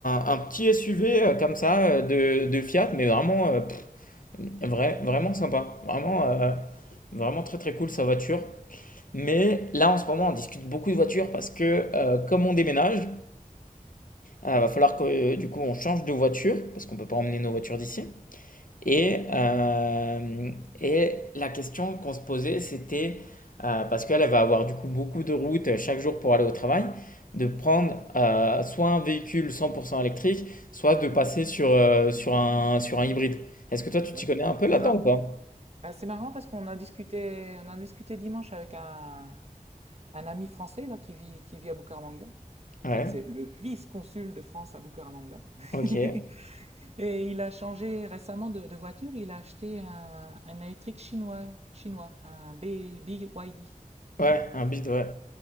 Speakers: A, on the left; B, on the right.
A: un petit SUV, heu, comme ça, heu, de de Fiat, mais vraiment, heu, vrai vraiment sympa. Vraiment, heu, vraiment très, très cool sa voiture. Mais là, en ce moment, on discute beaucoup de voitures parce que, heu, comme on déménage, heu, va falloir que, euh, du coup, on change
B: c'est
A: de voiture parce qu'on ne peut pas emmener nos voitures d'ici et, euh, et la question qu'on se posait, c'était, euh, parce qu'elle elle va avoir du coup beaucoup de routes chaque jour pour aller au travail, de prendre euh, soit un véhicule 100% électrique, soit de passer sur, euh, sur un, sur un hybride. Est-ce que toi, tu
B: ouais.
A: t'y connais un peu
B: C'est
A: là-dedans
B: marrant.
A: ou pas?
B: Ah, c'est marrant parce qu'on a discuté, on a discuté dimanche avec un, Un ami français là, qui vit, qui vit à Bucaramanga.
A: Ouais,
B: En fait, c'est le vice-consul de France à Bucaramanga.
A: ok.
B: <laughs> Et il a changé récemment de, de voiture. Il a acheté un, un électrique chinois, chinois, un B- BYD.
A: Ouais, un bide, ouais.